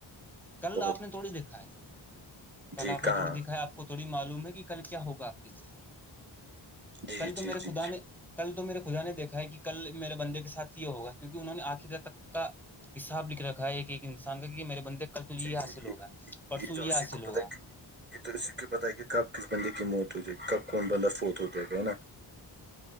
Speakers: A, in the centre; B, on the right.
A: کل
B: بہت
A: آپ نے تھوڑی دکھاائے کل
B: جی
A: آپ
B: کہاں
A: نے تھوڑی دکھاائے آپ کو تھوڑی معلوم ہے کہ کل کیا ہوگا آپ کے ساتھ
B: جی
A: کل تو
B: جی
A: میرے
B: جی
A: خدا
B: جی
A: نے کل تو میرے خدا نے دیکھا ہے کہ کل میرے بندے کے سھ یہ ہوگا کیک انہوں نے آخر تک کا اس صاحب لکھ رکھا ہے ایک ایک انسان کا کہ میرے بندے کل تو یہ
B: جی
A: حاصل
B: جی
A: ہوگا پرسوں
B: تو
A: یہ
B: اسی
A: حاصل
B: کو
A: ہوگا
B: پتا کہ یہ تو اس سے کی پتتا ہے کہ کب کس بندے کی موت ہو جائےی کب کون بندہ فوت ہو جائے گا ہے نا